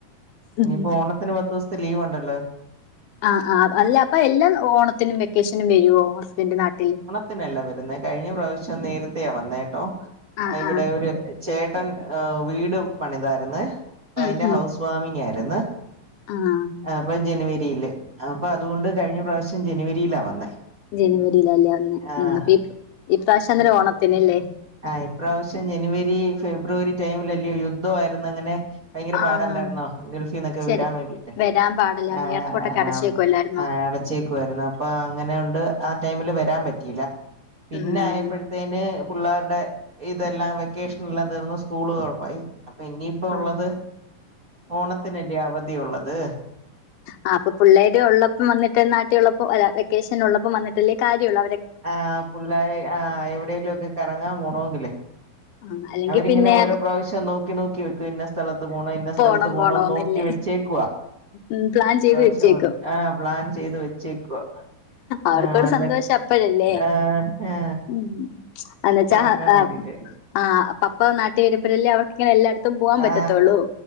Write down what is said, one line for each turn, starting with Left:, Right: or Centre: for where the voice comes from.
Left: ഉം
Right: ഇനിയിപ്പോ ഓണത്തിന് പത്ത് ദിവസം ലീവ് ഉണ്ടല്ലോ
Left: ആഹ് ആഹ് അല്ല അപ്പൊ എല്ലാ ഓണത്തിനും വെക്കേഷനും വരുവോ ഹസ്ബൻഡ് നാട്ടിൽ
Right: പിന്നെയല്ല വരുന്നേ കഴിഞ്ഞ പ്രാവശ്യം നേരത്തെയാ വന്നേട്ടോ
Left: ആഹ്
Right: ഇവിടെ
Left: ആഹ്
Right: ഒരു ചേ ട്ടൻ ആ വീട് പണിതായിരുന്നേ അപ്പൊ
Left: ഉം
Right: അതിന്റെ
Left: ഉം
Right: ഹൗസ് വാമിംഗ് ആയിരുന്ന്
Left: ആഹ്
Right: ആ അപ്പം ജനുവരിയിയില് അപ്പൊ അതുകൊണ്ട് കഴിഞ്ഞ പ്രാവശ്യം ജനുവരിയിലാ വന്നേ
Left: ജനുവരിയിലല്ലേ വന്നേ
Right: ആഹ്
Left: ഉം അപ്പൊ ഈ ഇപ്രാവശ്യം എന്തായാലും ഓണത്തിന്ല്ലേ
Right: ആ ഇപ്രാവശ്യം ജനുവരി ഫെബ്രുവരി ടൈമിൽല്ലോ യുദ്ധ ദ്ധം ആരുന്നു അങ്ങനെ ഭയങ്കര
Left: ആഹ്
Right: പാടല്ലായിരുന്നോ ഗൾഫിൽ നിന്നൊക്കെ
Left: ശരി
Right: വരാൻ വേണ്ടിട്ട്
Left: വരാൻ പാടില്ലായിരുന്നു
Right: ആഹ്
Left: എയർപോർട്ടൊക്കെ
Right: അഹ്
Left: അടച്ചേക്കുവല്ലായിരുന്നോ
Right: ആ ആടെ ച്ചേക്കുവായിരുന്നു അപ്പൊ അങ്ങനാണ്ട് ആ ടൈമില് വരാൻ പറ്റിയില്ല പിന്നെ
Left: ഉം
Right: ആയപ്പോഴ്ത്തേന് പിള്ളേരുടെ ഇതെല്ലാം വെക്കേഷൻ എല്ലാം തീർന്നു സ്കൂള് കുഴപ്പായി അപ്പൊ ഇനി ഇപ്പൊ
Left: ആഹ്
Right: ഉള്ളത് ഓണത്തിനല്ലേ അവധി ഉള്ളത്
Left: ആ അപ്പൊ പുള്ളേര് ഉള്ളപ്പം വന്നിട്ട് നാട്ടി ഉള്ളപ്പോ വെക്കേഷൻ ഉള്ളപ്പോ വന്നിട്ട് അപ്പൊല്ലേ കാര്യള്ളെ
Right: ആ പിള്ളേരെ ആ എവിടെലും ഒക്കെ കറങ്ങാൻ പോണമെങ്കിലേ
Left: ആഹ് അല്ലെങ്കി
Right: അവരിങ്ങനെ
Left: പിന്നെ
Right: ഓരോ പ്രാവശ്യം നോക്കി നോക്കി വെക്കും ഇന്ന സ്ഥലത്ത് പോണോ ഇന്ന സ്ഥലത്ത്
Left: പോണം
Right: പോണോന്ന്
Left: പോണോന്നില്ലേ
Right: നോക്കി വെച്ചേ ക്കുവാ
Left: ഉം പ്ലാൻ
Right: ഇപ്രാവശ്യം
Left: ചെയ്ത് വെച്ചേക്കും
Right: വ ആ പ്ലാൻ ചെയ്ത് വെച്ചേക്കുവ
Left: അവർക്കൊരു
Right: ആ വന്നിട്ട്
Left: സന്തോഷം അപ്പഴല്ലേ
Right: ആ ആ
Left: ഉം എന്നുവെച്ചാ
Right: കറങ്ങാൻ
Left: ആഹ്
Right: വേണ്ടിട്ട്
Left: ആഹ് പപ്പ നാട്ടി വരുമ്പോഴല്ലേ അവർക്കിങ്ങനെ എല്ലായിടത്തും പോവാാൻ പറ്റത്തുള്ളൂ
Right: ആ